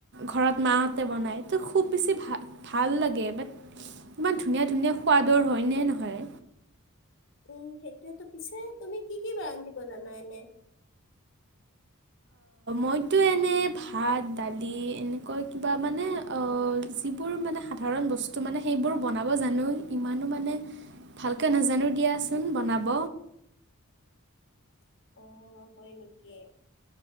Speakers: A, on the right (about 55°); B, on the left (about 60°).
A: ঘৰত মাহঁতে বনাই ত খুব বেছি ভ ভাল লাগে বাট ইমান ধুনীয়া ধুনীয়া সোৱাদৰ হয় নে নহয়
B: উম সেইটোয়েতো পিছে তুমি কি কি বা ৰান্ধিব জানা এনে । <unintelligible>
A: মইতো এনে ভাত দালি এনেকুৱা কিবা মানে যিবোৰ মানে সাধাৰণ ব মে স ব জ মান ভালকে নাজানো দিয়াচোন বনাব
B: । <unintelligible> আহ হয় নেকি